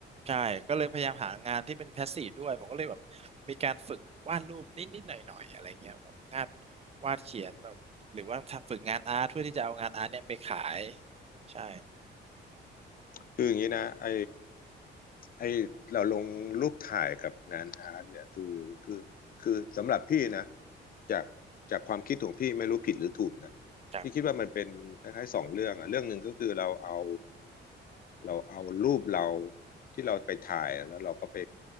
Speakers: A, on the right (about 30°); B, on the left (about 45°).
A: ใช่ก็เลยพยายามหางานที่เป็นพาสซีฟด้วยผมก็เลยแบบมีการฝึกวาดรูปนิดๆหน่อยๆอะไรเงี้ยงานวาดเขียนหรือว่าทำฝึกงานอาร์ตเพื่อที่จะเอางานอาร์ตเนี่ยไปขายใช่
B: คืออย่างนี้นะไอไอเราลงรูปถ่ายกับงานอาร์ตเนี่ยคือคือคือสำหรับพี่นะจากจากความคิดของพี่ไม่รู้ผิดหรือถูกนะพี่คิดว่ามันเป็นคล้ายๆสองเรื่องอะเรื่องหนึ่งก็คือเราเอา
A: จาก
B: เราเอารูปเราที่เราไปถ่ายแล้วเราก็ไป